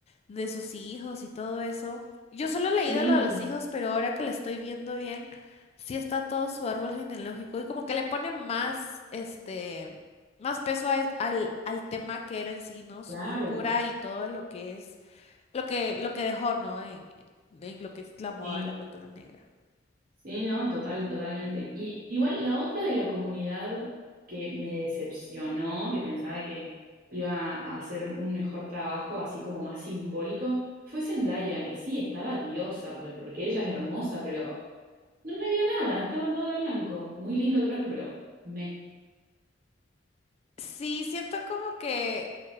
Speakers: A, on the left; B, on the right.
A: de sus hijos y todo eso. Yo solo he leído
B: Sí,
A: lo de los hijos, pero ahora que le estoy viendo bien, sí está todo su árbol genealógico y como que le pone más, este, más peso a es- al, al tema que era en sí, ¿no? Su
B: claro.
A: cultura y todo lo que es, lo que, lo que dejó, ¿no? En, en lo que es la moda,
B: Sí.
A: la cultura negra.
B: Sí, no, total, totalmente. Y igual la otra de la comunidad que me decepcionó, que pensaba que iba a hacer un mejor trabajo, así como más simbólico, fue Zendaya, que sí, estaba diosa, por- porque ella es hermosa, pero no me dio nada, estaba toda de blanco. Muy lindo el traje, pero me.
A: Sí, siento como que